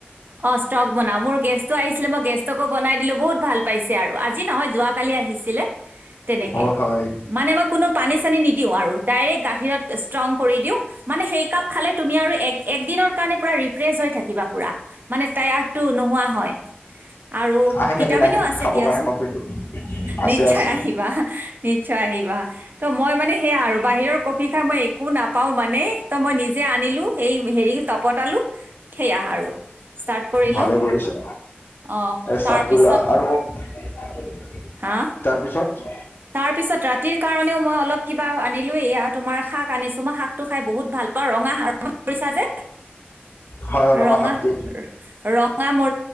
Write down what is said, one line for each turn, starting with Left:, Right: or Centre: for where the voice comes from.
Right: অ ষ্টক বনাও মোৰ গেষ্টটো আহিছিলে মই গেষ্টকো বনাই দিলো বহুত ভাল পাইছে আৰু আজি নহয় যোৱ কালি আহিছিলে তেনেকে
Left: অ হয়
Right: মানে মই কোনো পানী চানী নিদিও দিওঁ আৰু ডাইৰেক্ট গাখীৰত এতিয়া ষ্ট্ৰং কৰি দিও মানে সেই কাপ খালে তুমি আৰু এক দিনৰ কাৰণে পুৰা ৰিফেৰেচ হৈ থাকিবা পুৰা মানে তায়াৰদ টো নোহোৱা হয়। আৰু
Left: আহিম
Right: ভিটামিনো
Left: এদিন আহিম
Right: আছে
Left: খাবৰ
Right: দিয়াচোন
Left: কাৰণে কফিটো আছে
Right: নিশ্চয়
Left: আছে
Right: আহিবা নিশ্চয় আহিবা ত মই মানে সেয়া আৰু বাহিৰৰ কফি মই একো নাপাও মানে ত মই নিজে আনিলো এই হেৰি তপতালো সেয়া আৰু ষ্টাৰ্ট কৰিলো
Left: ভালে কৰিছা
Right: অ',
Left: ষ্টাৰ্ট
Right: তাৰপিছত
Left: কৰিলা আৰু
Right: হা
Left: তাৰপিছত
Right: তাৰপিছত ৰাতিৰ কাৰণেও মই অলপ কিবা আনিলো ইয়া। তোমাৰ শাক আনিছো মই শাক টো খাই বহুত ভাল পাওঁ ৰঙা ৰঙা কৰিছা যে
Left: হয় হয়
Right: ৰঙা
Left: শাকটো
Right: ৰং ম